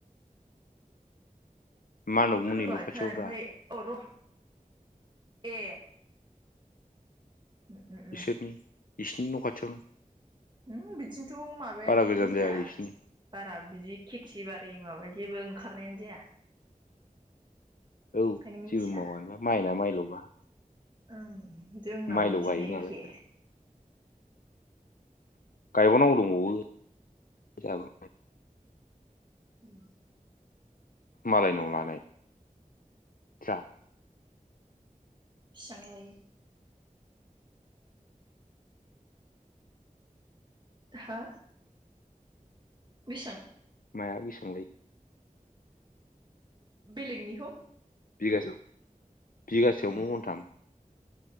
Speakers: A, on the left; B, on the right.
A: मानबमोननि
B: खोलायखा
A: न' खाथियावब्रा
B: ओमफ्राय अर ए उ उ
A: बिसोरनि
B: उ
A: बिसिनि न' खाथियावनो
B: ओम बिथिंथ माबाया
A: बारा
B: नायानो
A: गोजान
B: जाया
A: आरो बिसिनि
B: बारा बिदि खेथि बारा ओ माबा जेबो ओंखारनायानो जाया
A: औ
B: ओंखायनो मिथिया
A: जेबो मावानोबा माइना माइलबा
B: औ जोंनावबो
A: माइल'
B: बिदिनो
A: गायो
B: एखे
A: नालाय गायबावनांगौ दंबावो जाहाबो
B: उम
A: मालायनाव लानाय जा
B: बिसां लायो हा बि
A: माया बिबां लायो
B: बेलेगनिखौ
A: बिगासेआव बिगासेयावनो
B: ए
A: मनथाम